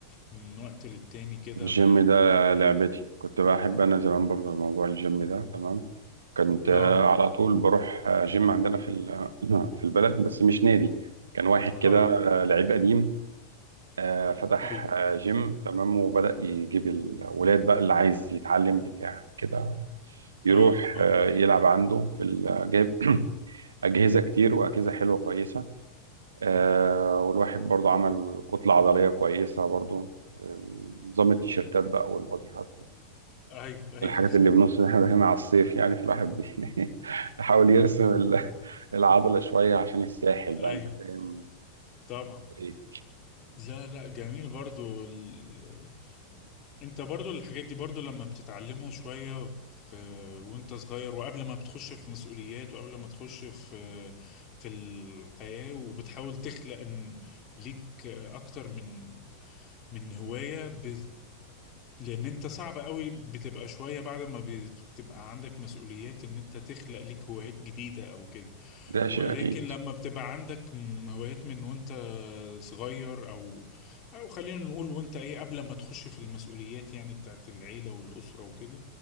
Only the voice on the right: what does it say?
الجيم
ده لعبتي كنت بحب أنا زمان برضو موضوع الجيم ده تمام كنت
آه، على طول بروح آه، جيم عندنا في ال- <clears throat> في البلد بس مش نادي كان واحد كده
آه، لعيب قديم آه، فتح
آه، جيم تمام وبدأ يجيب الولاد بقى اللي عايز يتعلم بتاع كده يروح
آه، يلعب عنده في ال- جايب <clears throat> أجهزة كتير وأجهزة حلوة كويسة آه، والواحد برضو عمل كتلة عضلية كويسة برضو آه، نظام التيشيرتات بقى والباديهات
والحاجات اللي بنص إن احنا داخلين على الصيف يعني فالواحد بي- <laughs> يحاول يرسم ال- العضلة شوية عشان الساحل بقى
انت فاهم
إيه؟
ده شيء
اكيد